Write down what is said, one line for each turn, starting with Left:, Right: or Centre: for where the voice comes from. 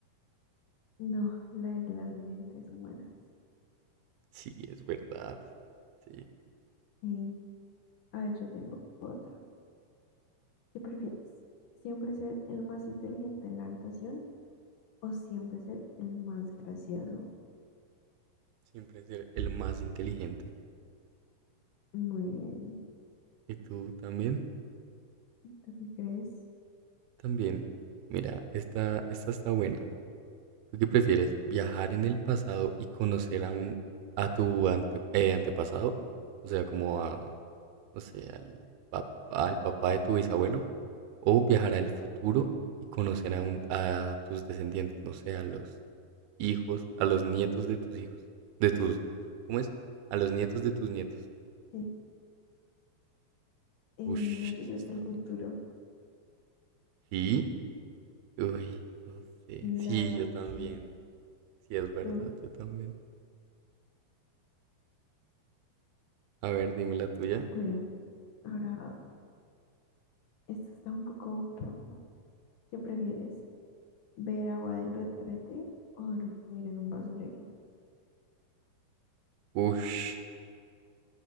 Left: no leer las mentes humanas.
Right: Sí, es verdad. Sí,
Left: Sí. A ver, yo tengo otra. ¿Qué prefieres? ¿Siempre ser el más inteligente en la habitación o siempre ser el más gracioso?
Right: siempre ser el más inteligente.
Left: Muy bien.
Right: ¿Y tú también?
Left: ¿Tú qué crees?
Right: También. Mira, esta, esta está buena. ¿Tú qué prefieres? ¿Viajar en el pasado y conocer a un a tu ante- eh, antepasado? O sea, como a, no sé, al, pap- al papá de tu bisabuelo. ¿O viajar al futuro y conocer a, un, a tus descendientes? No sé, a los hijos, a los nietos de tus hijos. De tus, ¿cómo es? A los nietos de tus nietos.
Left: Sí. Eh,
Right: Ush,
Left: no, yo creo
Right: esa
Left: que
Right: está
Left: el futuro.
Right: buena. Sí, uy, no sé.
Left: Sí,
Right: Sí,
Left: la verdad,
Right: yo también.
Left: sí.
Right: Sí, es verdad,
Left: Tú.
Right: yo también. A ver, dime la tuya.
Left: Bueno, ahora, esta está un poco raro. ¿Qué prefieres? ¿Ver agua del retrete o dormir en un basurero?
Right: Ush.